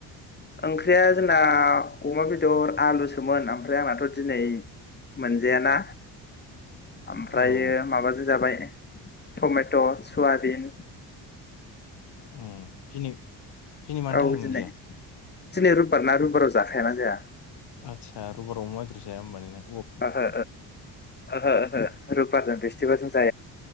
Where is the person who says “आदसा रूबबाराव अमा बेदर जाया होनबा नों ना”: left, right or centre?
Left